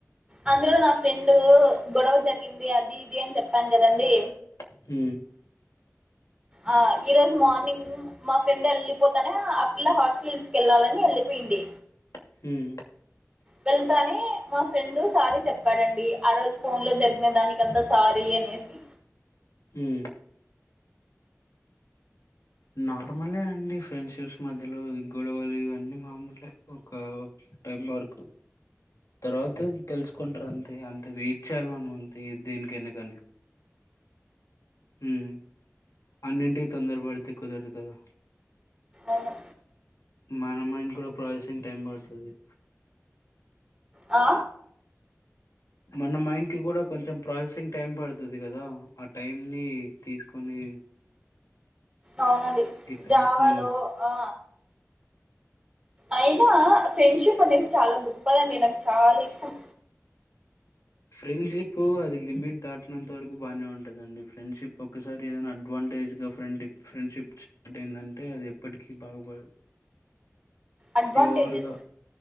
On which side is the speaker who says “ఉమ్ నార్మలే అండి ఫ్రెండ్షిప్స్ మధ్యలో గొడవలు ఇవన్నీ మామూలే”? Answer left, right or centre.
Left